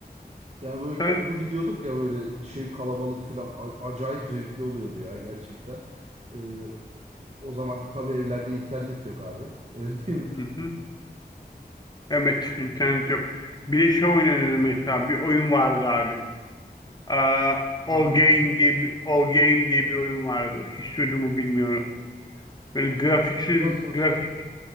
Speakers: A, on the right (about 40°); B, on the left (about 25°).
A: Yani böyle
B: Söyle.
A: toplu gidiyorduk ya böyle şey kalabalık filan a- acayip zevkli oluyordu ya gerçekten. Ee, o zaman tabii evlerde internet yok abi. <laughs> Öyle değil mi?
B: Hı-hı. Evet, internet yok. Bileş oynanır mesela. Bir oyun vardı abi. Aa,
A: Hangisi?
B: All Game diye bir, All Game diye bir oyun vardı. Hiç duydun bilmiyorum. Böyle
A: Ee,
B: grafiksiz,
A: biraz baş.
B: grafik,